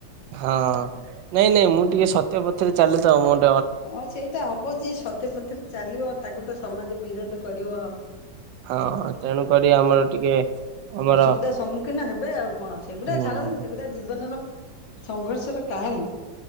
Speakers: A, on the right; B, on the left.
A: ହଁ ନାଇଁ ନାଇଁ ମୁଁ ଟିକେ ସତ୍ୟ ପଥରେ ଚାଲେ ତ ମୋର
B: ହଁ ସେଇଟା ହବ ଯିଏ ସତ୍ୟ ପଥରେ ଚାଲିବ ତାକୁ ତ ସମାଜ ବିରୋଧ କରିବ। ହ
A: ହଁ ତେଣୁକରି ଆମର ଟିକେ ଆମର
B: ଅସୁବିଧା ସମ୍ମୁଖୀନ ହେବେ ଆଉ କଣ ସେଗୁଡା
A: ହୁଁ
B: ଛାଡ଼ନ୍ତୁ ସେଗୁଡାକ ଜୀବନର ସଂଘର୍ଷର କାହାଣୀ